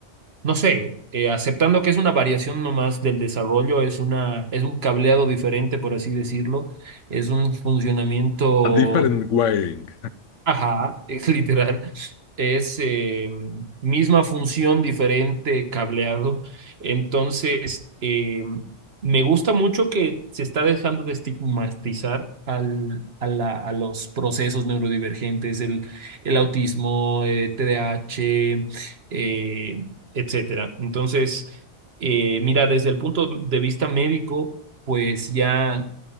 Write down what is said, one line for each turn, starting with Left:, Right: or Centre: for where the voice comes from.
Right: no sé, eh, aceptando que es una variación nomás del desarrollo, es una, es un cableado diferente, por así decirlo, es un funcionamiento
Left: A different wiring
Right: Ajá, <laughs> es literal. Es eh, misma función, diferente cableado. Entonces, eh, me gusta mucho que se está dejando de estigmatizar al, a, la- a los procesos neurodivergentes, el, el autismo, eh, T D A h eh, etcétera. Entonces, eh, mira, desde el punto de vista médico, pues ya.